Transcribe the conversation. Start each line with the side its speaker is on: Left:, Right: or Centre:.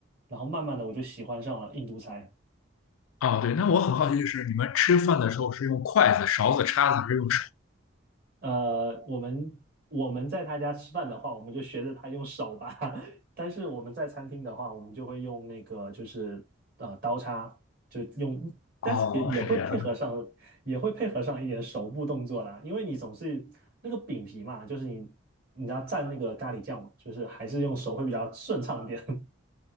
Right: 然后慢慢的我就喜欢上了印度菜。
Left: 哦，对，那我很好奇，就是你们吃饭的时候是用筷子、勺子、叉子，还是用手？
Right: 呃，我们我们在他家吃饭的话，我们就学着他用手吧。<laughs> 但是我们在餐厅的话，我们就会用那个就是呃刀叉，就用，但是也也会配合上，
Left: 哦，是这样。
Right: 也会配合上一点手部动作啦。因为你总是那个饼皮嘛，就是你你要蘸那个咖喱酱嘛，就是还是用手会比较顺畅一点。<laughs>